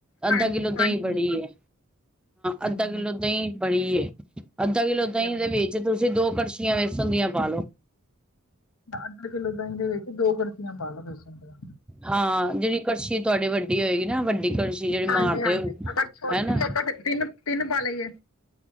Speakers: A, in the centre; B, on the left.
A: ਅੱਧਾ
B: ਹਾਂਜੀ
A: ਕਿੱਲੋ ਦਈ
B: ਪੰਜ
A: ਬੜੀ ਐ।
B: ਛੇ
A: ਅੱਧਾ ਕਿੱਲੋ ਦਈ ਬੜੀ ਏ। ਅੱਧਾ ਕਿੱਲੋ
B: ਅੱਛਾ।
A: ਦਈ ਦੇ ਵਿ ਚ ਤੁਸੀਂ ਦੋ ਕੜਛੀਆਂ ਵੇਸਣ ਦੀਆਂ ਪਾਲੋ।
B: ਅੱਧਾ ਕਿੱਲੋ ਦਈ ਦੇ ਵਿੱਚ ਦੋ ਕੜਛੀਆਂ ਪਾਲੋ ਵੇਸਣ ਦੀਆ
A: ਹਾਂ ਜੇੜੀ ਕੜਛੀ ਤੁਆਡੀ ਵੱਡੀ ਹੋਏਗੀ ਨਾ ਵੱਡੀ ਕੜਛੀ ਜਿਹੜੀ
B: ਹਾਂਜੀ
A: ਮਾਰਦੇ
B: ਹਾਂਜੀ
A: ਹੋ
B: ਅਗਰ ਛੋਟੀ
A: ਹਨਾ
B: ਐ ਤੇ ਫਿਰ ਤਿੰਨ ਤਿੰਨ ਪਾ ਲਈਏ।